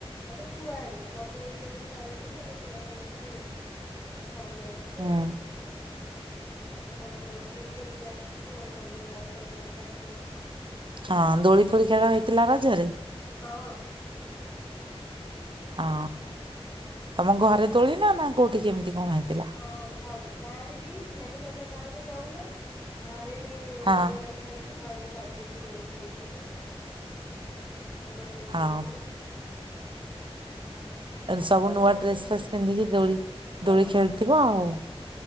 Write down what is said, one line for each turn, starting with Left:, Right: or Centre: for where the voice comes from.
Left: ଆମେ ଛୁଆ ହେରିକା ମମି ହେରିକା ସବୁ ଘରେ ଥିଲେ ଆମେ ଛୁଆ ସମସ୍ତେ ସବୁ ଯାଇଥିଲୁ।
Right: ହୁଁ
Left: ହଟା ଫଟ ଉଠେଇକି ଏମିତି ଆସିବି। ମନ୍ଦିର ଦର୍ଶନ କରି ଠାକୁରଙ୍କୁ
Right: ହଁ ଦୋଳି ଫୋଳି ଖେଳ ହେଇଥିଲା ରଜରେ?
Left: ହଁ।
Right: ହଁ। ତମ ଘରେ ଦୋଳି ନା ନା କୋଉଠି କେମିତି କଣ ହେଇଥିଲା?
Left: ହଁ ଘ ଗାଁ ରେ ବି ହେଇଥିଲା କିନ୍ତୁ ଆମେ କାକୁ ଯାଉନା ଘରେ ଘରେ ହିଁ
Right: ହଁ
Left: ଦୋଳି ଲଗା ହେଇକି ଘରେ ସଜେକି ଦୋଳି ଖେଳୁଥିଲୁ। ଫଟ ଫଟ ଉଠଉଥିଲୁ।
Right: ହଁ ସବୁ
Left: ତମର
Right: ନୂଆ
Left: ବା
Right: ଡ୍ରେସ
Left: ସେଇଠି
Right: ଫେସ୍ ପିନ୍ଧିକି ଦୋଳି
Left: ହଁ
Right: ଦୋଳି ଖେଳିଥିବ ଆଉ